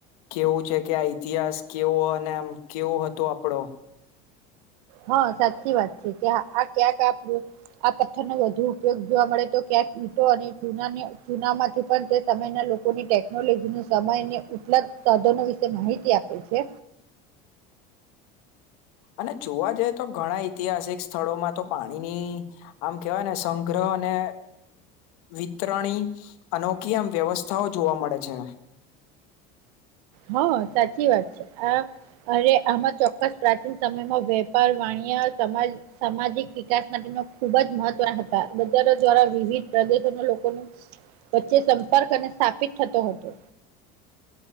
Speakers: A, on the left; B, on the right.
A: કેવું છે કે આ ઇતિહાસ કેવો અને આમ કેવો હતો આપડો
B: હા સાચી વાત છે કે આ ક્યાંક આ આ પથ્થરનો વધુ ઉપયોગ જોવા મળે તો ક્યાંક ઈટો અને ચૂનાની ચુનામાંથી પણ તે સમયના લોકોની ટેકનોલોજી સમયને ઉપલબ્ધ સાધનો વિશે માહિતી આપે છે
A: અને જોવા જઈ તો ઘણા ઐતિહાસિક સ્થળોમાં તો પાણીની આમ કેહેવાય ને સંગ્રહ અને વિતરણી અનોખી આમ વ્યવસ્થાઓ જોવા મળે છે
B: હા સાચી વાત છે આ અરે આમાં ચોક્કસ પ્રાચીન સમયમાં વેપાર વાણિયા સમાજ સામાજિક વિકાસ માટેનો ખૂબ જ મહત્વ હતા બજારો દ્વારા વિવિધ પ્રદેશોના લોકો વચ્ચે સંપર્ક અને સ્થાપિત થતો હતો